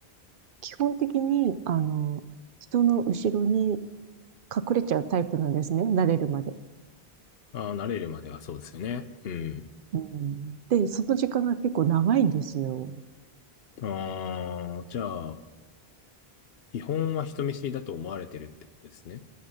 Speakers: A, on the right (about 60°); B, on the left (about 70°).
A: 基本的に、あの、人の後ろに隠れちゃうタイプなんですね。慣れるまで。
B: ああ、慣れるまではそうですよね。うん。
A: うん。で、その時間が結構長いんですよ。
B: ああ、じゃあ、基本は人見知りだと思われてるってことですね。